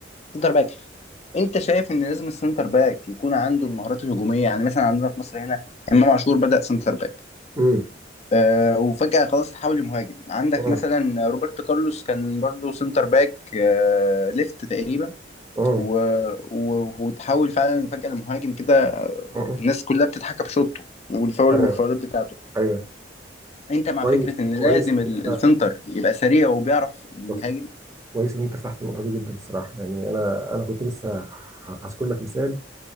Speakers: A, on the left (about 35°); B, on the right (about 15°).
A: سنتر باك انت شايف ان لازم السنتر باك يكون عنده المهارات الهجوميه يعني مثلا عندنا في مصر هنا امام عاشور بدا سنتر باك
B: امم
A: آه وفجاه خلاص تحول لمهاجم عندك
B: اه
A: مثلا روبرتو كارلوس كان برضه سنتر باك آه ليفت تقريبا
B: اه
A: و... و... وتحول فعلا فجأة لمهاجم كده آه،
B: آه. آه.
A: الناس كلها بتضحك بشوطه والفاول
B: ايوه
A: والفاولات بتاعته
B: ايوه
A: انت مع
B: كويس
A: فكرة ان
B: كويس
A: لازم
B: ان
A: ال- السنتر يبقى سريع وبيعرف يهاجم
B: انت كويس ان انت فتحت النقطه دي جدا الصراحه يعني انا انا كنت لسه ه- هذكر لك مثال